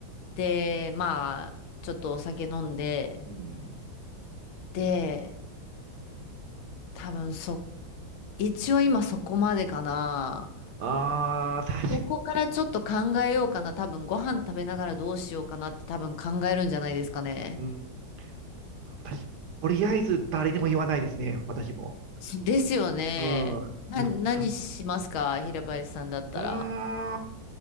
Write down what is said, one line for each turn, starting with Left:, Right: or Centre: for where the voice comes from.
Left: で、まあ、ちょっとお酒飲んで、
Right: うん。
Left: で、多分そ、一応今そこまでかな。
Right: ああ、確か
Left: ここからちょっと考えようかな。多分ご飯食べながらどうしようかなって多分考えるんじゃないですかね。
Right: うん。あ私、とりあえず誰にも言わないですね。私も。
Left: ですよね。
Right: うん。
Left: な、
Right: 言った。
Left: 何しますか平林さんだったら。
Right: うーん。